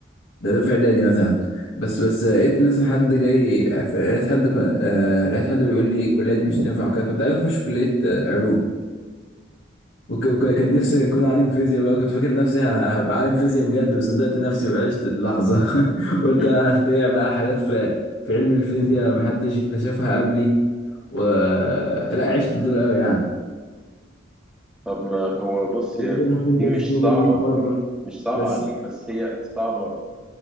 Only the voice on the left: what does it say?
ده ده في اعدادي مثلا بس بس لقيت مثلا حد جاي لقيت حد ك- آه، لقيت حد بيقول لي الكليه دي مش تنفع وكده كنت عايز اخش كليه آه، علوم وك- وك- كان نفسي اكون عالم فيزياء بقى كنت فاكر نفسي ه- هبقى عالم فيزياء بجد وصدقت نفسي وعشت اللحظه <laughs> قلت
انا هخترع بقى حاجات في في علم الفيزياء محدش اكتشفها قبلي و لا عشت الدور قوي يعني
قلت
انا هاخد
جائزه
نوبل
100 مره
بس